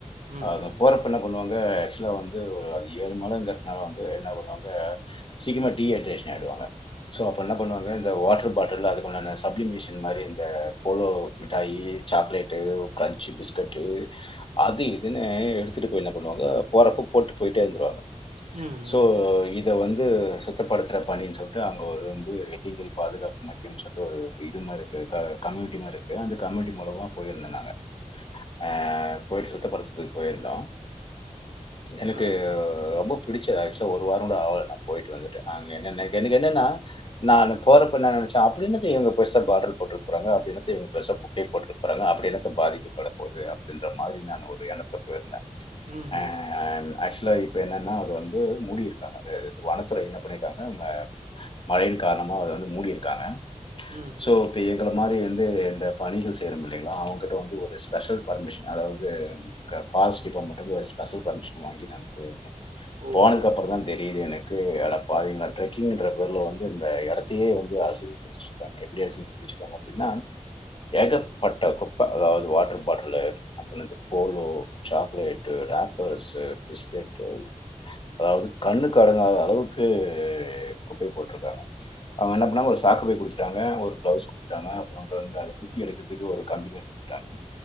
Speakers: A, on the right; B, on the left.
A: ம்
B: ஆக
A: ம்
B: போறப் ப்ப என்ன பண்ணுவாங்க ஆக்சுவலா வந்து ஒரு அது ஏழு மாலங்கிறதுனால வந்து என்ன பண்ணுவாங்க சிக்கரமா டீஹைட்ரேஷன் ஆயடுவாங்க சோ அப்ப என்ன பண்ணுவாங்க இந்த வாட்டரு பாட்டல்ல அதுக்குண்டான சப்லிமிஷன் மாதிரி இந்த போலோ மிட்டாயி சாக்லேட்டு கிரஞ்சு பிஸ்கட்டு் அது இதுன்னு எடுத்துட்டு போய் என்ன பண்ணுவாங்க போறப்ப போட்டு போயிட்டே இருந்துருவாங்க
A: ம்
B: சோ
A: ம்
B: இத் இத வந்து சுத்தப்படுத்துற பணின்னு சொல்லிட்டு அங்க ஒரு வந்து வெள்ளிங்கிரி பாதுகாப்பு மையம் சொல்ட்டு ஒரு இது மாரி இருக்கு அ கம்யூனிடி மாரி இருக்கு அந்த கம்யூனிடி மூலமா போயிருந்த நாங்க ஆ போயிட்டு சுத்தப்படுத்துறதுக்கு போயிருந்தோ எனக்கு
A: ஆ ஆ
B: ரொம்ப பிடிச்ச ஆக்சுவலா ஒரு வாரோ கூட ஆகல நா போயிட்டு வந்து அங்க என்னன்னா எனக்கு என்னன்னா நானு போறப்ப என்னா நெனச்சே அப்படி என்னத்த இவங்க பெரிசா பார்டர் போட்டுற போறாங்க அப்படி என்னத்த பெருசா இவங்க குப்பைய போட்டுற போறாங்க அப்படி என்னத்த பாதிக்கப்பட போது அப்டி இந்த மாதிரி நா ஒரு என்னத்துல போயிருந்தே
A: ம்
B: ஆ
A: ம்
B: ஆக்சுவலா இப்ப என்னென்னா அது வந்து மூடியிருக்காங்க அது வனத்துறை என்ன பண்ணிருக்காங்க மழையின் காரணமா அத வந்து மூடிருக்காங்க
A: ம் ம்
B: சோ இப்ப எங்கள மாரி வந்து இந்த பணிகள் செய்றம் இல்லைங்களா அவங்கட்ட வந்து ஒரு ஸ்பெஷல் பர்மிஷன் அதாவது பாரஸ்ட் டிபார்டமென்ட் ஒரு ஸ்பெஷல் பர்மிஷன் வாங்கி நாங்க போயிருந்தோ
A: ஓஹோ
B: போனதுக்கு அப்பறந்தா தெரியுது என க்கு அட பாவிங்கள ட்ரக்கிங்ன்ற பேர்ல வந்து இந்த எடத்தையே வந்து அசி ச்சிருக்காங்க எப்படி அசிங்கபடுத்தி வச்சுருக்காங்க அப்படின்னா ஏகப்பட்ட குப்ப அதாவது வாட்டர் பாட்டிலு அப்பறோ இந்த போலோ சாக்லேட்டு ராப்பர்ஸ் பிஸ்கட்டு அதாவது கண்ணுக்கு அடங்காத அளவுக்கு குப்பைய போட்ருக்காங்க அவங்க என்ன பண்ணாங்க ஒரு சாக்கு பை குடுத்துட்டாங்க ஒரு கிளவுஸ் குடுத்துட்டாங்க அப்பறோ வந்து அத குத்தி எடுக்கறதுக்கு ஒரு கம்பி மாரி குடுத்துட்டாங்க